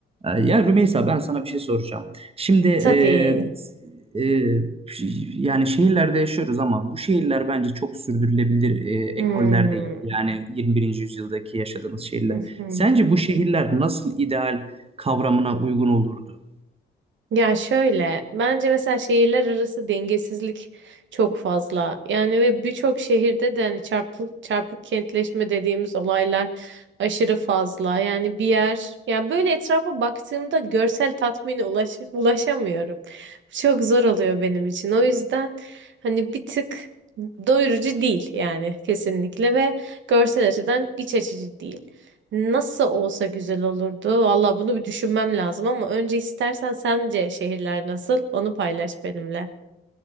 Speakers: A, on the right; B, on the right.
A: Ee, Ya Rümeysa ben sana bir şey soracağım. Şimdi e,
B: Tabii.
A: e, yani şehirlerde yaşıyoruz ama bu şehirler bence çok sürdürülebilir e,
B: Hmm.
A: ekoller değil. Yani 21. yüzyıldaki yaşadığımız şehirler.
B: Hı hı.
A: Sence bu şehirler nasıl ideal kavramına uygun olurdu?
B: Ya şöyle, bence mesela şehirler arası dengesizlik çok fazla. Yani ve birçok şehirde de hani çarpık çarpık kentleşme dediğimiz olaylar aşırı fazla. Yani bir yer, ya böyle etrafa baktığımda görsel tatmine ulaş, ulaşamıyorum. Çok zor oluyor benim için. O yüzden hani bir tık doyurucu değil yani kesinlikle ve görsel açıdan iç açıcı değil. Nasıl olsa güzel olurdu. Valla bunu bir düşünmem lazım ama önce istersen sence şehirler nasıl? Onu paylaş benimle.